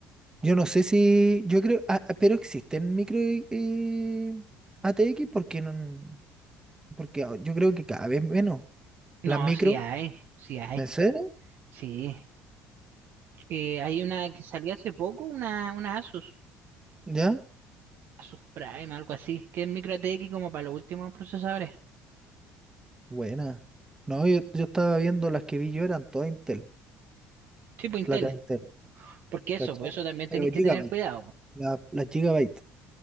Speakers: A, on the right; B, on the right.
A: yo no sé si, yo creo, ah, ah, pero existen micro eh, ATX porque no, porque ah, yo creo que cada vez menos
B: No,
A: las micro,
B: sí hay, sí hay,
A: ¿en serio?
B: sí. Eh, hay una que salió hace poco, una, una Asus,
A: ¿Ya?
B: Asus Prime, algo así, que es micro ATX como para los últimos procesadores,
A: Buena. No, yo, yo estaba viendo las que vi yo, eran todas Intel,
B: tipo Intel.
A: placas Intel,
B: Porque eso,
A: ¿cachai?
B: por eso también
A: Pero
B: tenéis que
A: Gigabyte,
B: tener cuidado. po.
A: la- las Gigabyte,